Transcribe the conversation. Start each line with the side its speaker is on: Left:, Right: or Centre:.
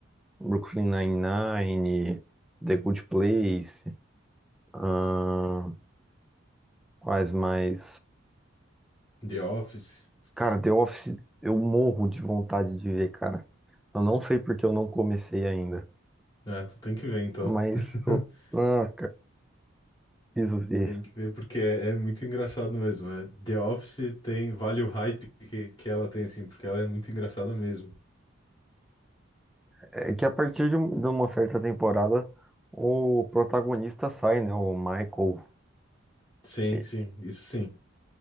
Centre: Brooklyn Nine-Nine, The Good Place, ahn, quais mais?
Left: The Office.
Centre: Cara, The Office, eu morro de vontade de ver, cara. Eu não sei porque eu não comecei ainda,
Left: Ah, tu tem que ver então.
Centre: mas
Left: <laughs>
Centre: eu... Ah, Isso, isso.
Left: Tem que ver, porque é, é muito engraçado mesmo. né? The Office tem, vale o hype que, que ela tem, assim, porque ela é muito engraçada mesmo.
Centre: É que a partir de, um- de uma certa temporada, o protagonista sai, né? O Michael.
Left: Sim,
Centre: E
Left: sim, isso sim.